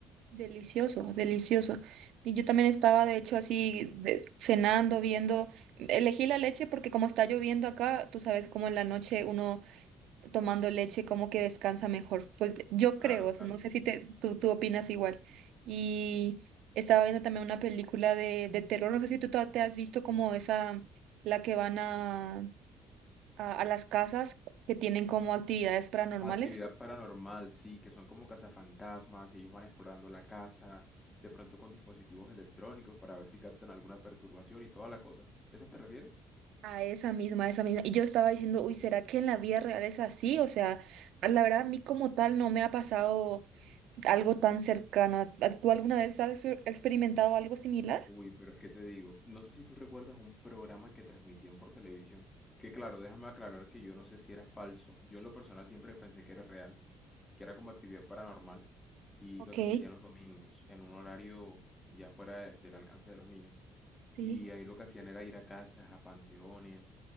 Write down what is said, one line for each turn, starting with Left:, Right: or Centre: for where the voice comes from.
Right: delicioso, delicioso. Y yo también estaba, de hecho, así de- cenando, viendo, elegí la leche porque como está lloviendo acá, tú sabes cómo en la noche uno tomando leche como que descansa mejor. Pues yo
Left: Claro,
Right: creo,
Left: claro.
Right: o sea, no sé si te, tú, tú opinas igual. Y estaba viendo también una película de, de terror, no sé si tú ta- te has visto como esa, la que van a, a, a las casas que tienen como actividades paranormales.
Left: Actividad paranormal, sí, que son como cazafantasmas y ellos van explorando la casa, de pronto con dispositivos electrónicos para ver si captan alguna perturbación y toda la cosa. ¿Esas te refieres?
Right: A esa misma, a esa misma. Y yo estaba diciendo, uy, ¿será que en la vida real es así? O sea, a la verdad, a mí como tal no me ha pasado algo tan cercano. ¿Tú alguna vez has exper- experimentado algo similar?
Left: Uy, pero es que te digo, no sé si tú recuerdas un programa que transmitían por televisión, que claro, déjame aclarar que yo no sé si era falso, yo en lo personal siempre pensé que era real, que era como actividad paranormal, y
Right: Ok,
Left: lo transmitían los domingos, en un horario ya fuera de- del alcance de los niños.
Right: sí.
Left: Y ahí lo que hacían era ir a casas, a panteones